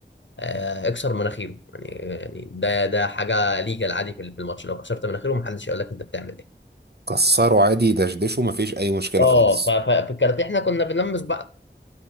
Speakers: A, on the left; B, on the right.
A: آه، اكسر مناخيره يعني يعني ده ده حاجة ليجال عادي في في الماتش لو كسرت مناخيره ما حدش هيقول لك انت بتعمل ايه
B: كسره عادي دشدشه ما فيش اي مشكله
A: اه
B: خالص
A: ف- ف- في الكاراتيه احنا كنا بنلمس بعض